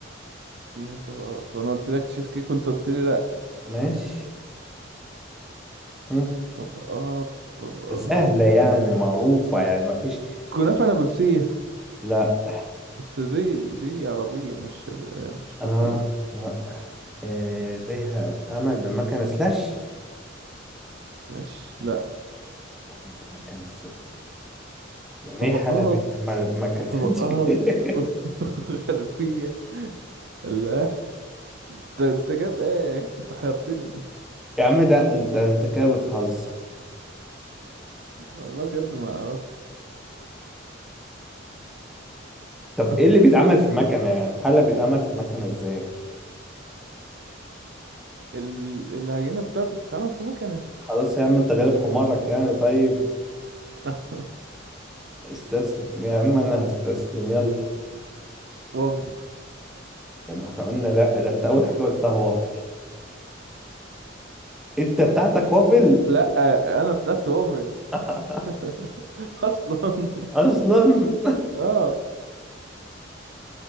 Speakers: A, on the right; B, in the centre.
A: فيها طبقات وانا قلت لك تشيز كيك وانت قلت لي لا
B: ماشي مم.
A: طبقات طبقات
B: بس سهلة يعني معروفة يعني ما فيش
A: كنافه نابلسيه
B: لا
A: بس دي دي عربيه مش شر- مش
B: اه
A: غربيه
B: لا. آه. فيها بتتعمل بمكنة سلاش
A: بس لاش
B: بتتعمل بمكنة ازاي يعني
A: طبقات
B: ايه حالة بتعمل بمكنة
A: طبقات
B: دي <laughs>
A: <laughs> غربية الله انت انت جايب ايه انت حيرتني
B: يا عم ده انت انت كده بتهزر
A: والله بجد ما اعرفش
B: طب
A: <laughs>
B: ايه اللي بيتعمل في مكنة يعني حلة بيتعمل في مكنة ازاي
A: ال- العجينة بتاعته بتتعمل في مكنة
B: خلاص يا عم انت غالب حمارك يعني طيب
A: <laughs>
B: استسلم يا عم انا هستسلم يلا
A: وافل
B: يا ما احنا قلنا لا ده انت اول حاجة قلتها وافل انت بتاعتك وافل
A: لا انا بتاعتي وافل
B: <laughs>
A: <laughs> اصلا
B: اصلا
A: اه